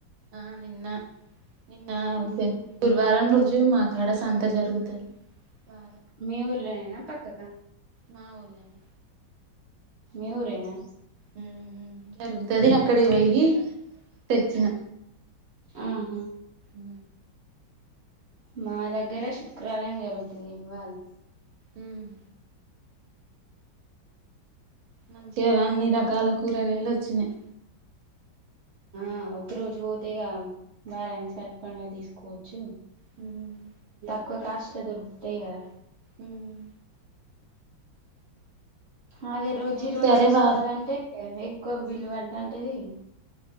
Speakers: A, on the right (about 85°); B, on the right (about 60°).
A: ఆ నిన్న నిన్న
B: ఆహా
A: పె గురువారం రో జు మా కాడ సంత జరుగుతది బా
B: మీ ఊర్లోనేనా పక్కక
A: మా ఊర్లోనే
B: మీ ఊరేనా
A: ఉమ్ ఉమ్ జరుగుతది అక్కడికి పోయి తెచ్చిన
B: ఆహా
A: ఉ
B: మా దగ్గర శుక్రవారం జరుగుతుంది ఇవాలే
A: హ్మ్ మంచిగా అన్ని రకాల కూరగాయలు వచ్చినాయి
B: ఆ ఒక రోజు పోతేగా బారా <unintelligible> ఈసర్ పండగ్ తీసు కోచు
A: హ్మ్
B: ఒక కాస్ట్లో దొరుకుతాయి కదా
A: ఉమ్
B: అదే రోజీ
A: అన్నీ ఒకసారే
B: రోజ్ తీసుకోవాలంటే
A: వారు
B: ఎక్కువ బిల్లు పడదంటేది